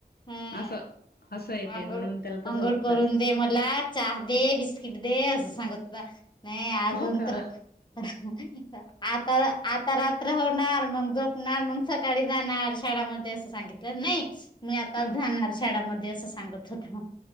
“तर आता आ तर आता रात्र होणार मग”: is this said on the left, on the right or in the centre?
Left